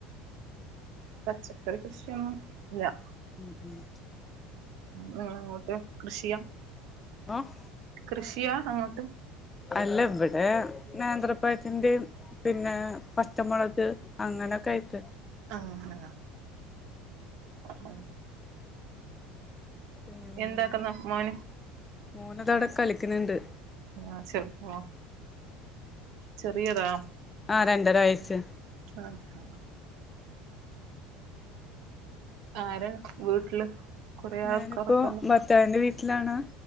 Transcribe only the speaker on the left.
ഉം ഉം.
ആഹ്
അല്ല ഇവിടെ നേത്രപ്പഴത്തിന്റെയും പിന്നെ പച്ചമുളക് അങ്ങനെയൊക്കെ ആയിട്ട്
പിന്നെ
മോന് താടെ കളിക്കുന്നുണ്ട്-
ആഹ് രണ്ടര വയസ്
ഞാനിപ്പോ
ഭർത്താവിന്റെ വീട്ടിലാണ്